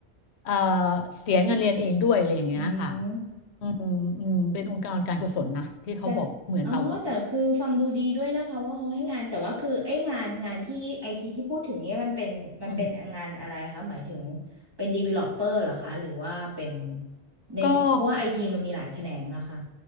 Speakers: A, on the left (about 85°); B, on the right (about 20°).
A: เอ่อเสียเงินเรียนเองด้วยอะไรอย่างเงี้ยค่ะ
B: อืม
A: อืมอืมเป็นองค์กรการกุศลนะที่เขาบอกเหมือนแบบว่า
B: แต่อ๋อแต่คือฟังดูดีด้วยนะคะว่าเขาให้งานแต่ว่าคือไองานงานที่ไอทีที่พูดถึงเนี้ยมันเป็นมันเป็นงานอะไรคะหมายถึง
A: อืม
B: เป็น developer เหรอคะหรือว่าเป็นในเพราะว่าไอทีมันมีหลายแขนงอะค่ะ
A: ก็